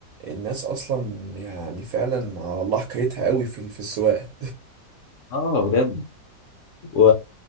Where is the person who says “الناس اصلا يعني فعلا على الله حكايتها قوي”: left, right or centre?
Right